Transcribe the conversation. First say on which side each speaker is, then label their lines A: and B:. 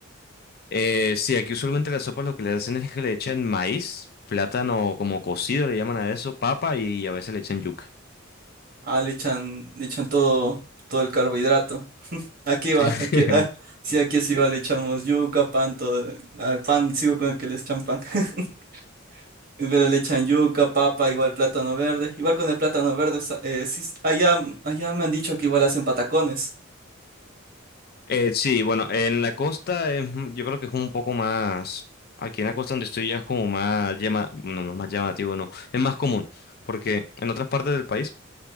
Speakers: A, on the left; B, on the right.
A: Eh, sí, aquí usualmente las sopas lo que le hacen es que le echan maíz, plátano como cocido, le llaman a eso, papa y a veces le echan yuca.
B: Ah, le echan, le echan todo, todo el carbohidrato. Aquí igual,
A: <laughs>
B: aquí, ah, sí,
A: Sí.
B: aquí es igual, le echamos yuca, pan, todo. Al pan, sigo con el que le echan pan. <laughs> Pero le echan yuca, papa, igual plátano verde. Igual con el plátano verde, sa- eh, sí, allá, allá me han dicho que igual hacen patacones.
A: Eh, sí, bueno, en la costa es un- yo creo que es un poco más, aquí en la costa donde estoy ya es como más llama, no, no más llamativo, no, es más común, porque en otras partes del país,